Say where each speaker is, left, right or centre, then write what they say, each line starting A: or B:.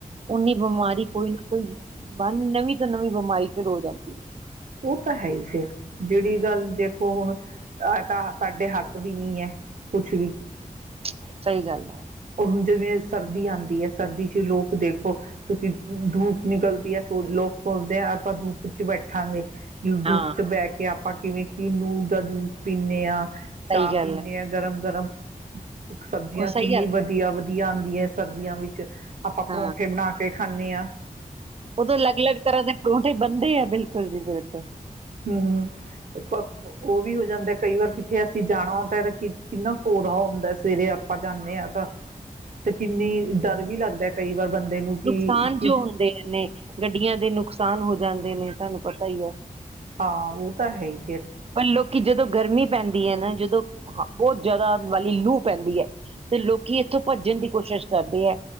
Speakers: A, on the right (about 45°); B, on the right (about 70°).
A: ਉਓਨੀ ਬਿਮਾਰੀ ਕੋਈ ਨਾ ਕੋਈ ਬਾਨ ਨਵੀਂ ਤੋਂ ਨਵੀਂ ਬਿਮਾਰੀ ਫਿਰ ਹੋ ਜਾਂਦੀ ਹੈ
B: ਉਹ ਤਾਂ ਹੈ ਹੀ ਫਿਰ ਜਿਹੜੀ ਗੱਲ ਦੇਖੋ ਹੁਣ ਤਾਂ ਸਾਡੇ ਹੱਥ ਵੀ ਨੀ ਹੈ ਕੁਛ
A: ਪਚ--ਸਹੀ ਗੱਲ ਹੈ
B: ਉਹ ਹੁਣ ਜਿਵੇਂ ਸਰਦੀ ਆਉਂਦੀ ਹੈ ਸਰਦੀ ਚ ਲੋਕ ਦੇਖੋ ਤੁਸੀਂ ਧੂਪ ਨਿਕਲਦੀ ਹੈ ਸੋ ਲੋਕ ਸੋਚਦੇ ਆ ਆਪਾਂ ਧੂਪ ਚ ਬੈਠਾਂਗੇ ਦੁੱਪ
A: ਹਾਂ
B: ਚ ਬਹਿ ਕੇ ਕਿ ਆਪਾਂ ਕਿਵੇਂ ਕੀ ਨੂਰ ਦਾ ਜੂਸ ਪੀਂਦੇ ਆ ਚਾਹ
A: ਸਹੀ ਗੱਲ
B: ਪੀਦੇ
A: ਹੈ
B: ਹਾਂ ਗਰਮ ਗਰਮ ਸਬਜ਼ੀਆਂ
A: ਉਹ ਸਹੀ
B: ਕਿੰਨੀ
A: ਗੱਲ
B: ਵ ਵਧੀਆ ਆਦੀ ਹੈ, ਸਰਦੀਆਂ ਵਿੱਚ ਆਪਾਂ
A: ਹਾਂ
B: ਪਰੌਂਠੇ ਬਣਾ ਕੇ, ਖਾਂਨੇ ਆਂ।
A: ਉਦੋਂ ਅਲੱਗ-ਅਲੱਗ, ਤਰ੍ਹਾਂ ਦੇ ਪਰੌਂਠੇ ਬਣਦੇ ਆ ਬਿਲਕੁਲ ਜੀ ਬਿਲਕੁਲ
B: ਹੂੰ, ਪ ਉਹ ਵੀ ਹੋ ਜਾਂਦਾ ਕਈ ਵਾਰ ਕਿੱਥੇ ਅਸੀਂ ਜਾਣਾ ਤੇ ਕਿੰਨਾ ਕੋਰਾ ਹੁੰਦਾ। ਸਵੇਰੇ ਆਪਾਂ ਜਾਂਦੇ ਹਾਂ ਤਾਂ, ਤੇ ਕਿੰਨੀ ਡਰ ਵੀ ਲੱਗਦਾ ਕਈ ਵਾਰ ਬੰਦੇ ਨੂੰ ਕਿ
A: ਨੁਕਸਾਨ
B: ਕਿ
A: ਜੋ ਹੁੰਦੇ ਨੇ, ਗੱਡੀਆਂ ਦੇ ਨੁਕਸਾਨ ਹੋ ਜਾਂਦੇ ਨੇ। ਤਹਾਨੂੰ ਪਤਾ ਹੀ ਆ।
B: ਹਾਂ ਉਹ, ਤਾਂ ਹੈ ਹੀ ਫਿਰ
A: ਪਰ ਲੋਕੀ ਜਦੋਂ ਗਰਮੀ ਪੈਂਦੀ ਹੈ, ਨਾ ਜਦੋਂ ਬਹੁਤ ਜ਼ਿਆਦਾ ਵਾਲੀ ਲੂ ਪੈਂਦੀ ਹੈ ਤੇ ਲੋਕੀ ਇੱਥੋਂ ਭੱਜਣ ਦੀ ਕੋਸ਼ਿਸ਼ ਕਰਦੇ ਹੈ,